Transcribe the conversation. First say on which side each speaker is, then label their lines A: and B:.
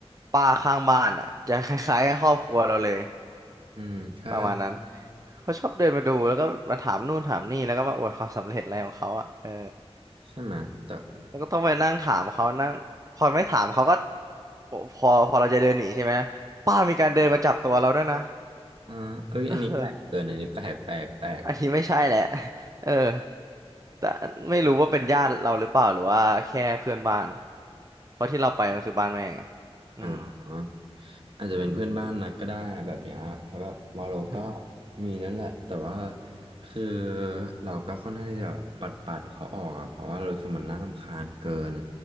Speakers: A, on the right; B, on the right.
A: ป้าข้างบ้านอ่ะจะคล้ายๆกับครอบครัวเราเลย
B: อืมใช่
A: ประมาณนั้นเขาชอบเดินมาดูแล้วก็มาถามนู่นถามนี่แล้วก็มาอวดความสำเร็จอะไรของเขาอ่ะเออ
B: ใช่ไหมแต่
A: แล้วก็ต้องไปนั่งถามเขานั่งพอไม่ถามเขาก็โอ้พอพอเราจะเดินหนีใช่ไหมป้ามีการเดินมาจับตัวเราด้วยนะ
B: อ่าเอ้ยอันนี้แปลกเกินอันนี้แปลกแปลกแปลก
A: <laughs> อันนี้ไม่ใช่แหละ <laughs> เออแต่ไม่รู้ว่าเป็นญาติเราหรือเปล่าหรือว่าแค่เพื่อนบ้านเพราะที่เราไปมันคือบ้านแม่ไงอืม
B: อ่าอาจจะเป็นเพื่อนบ้านนัดก็ได้แบบเนี้ยเพราะแบบวาโลก็
A: <laughs>
B: มีนั่นแหละแต่ว่าคือเราก็ค่อนข้างที่จะปัดปัดเขาออกอะเพราะว่าเรารู้สึกมันน่ารำคาญเกิน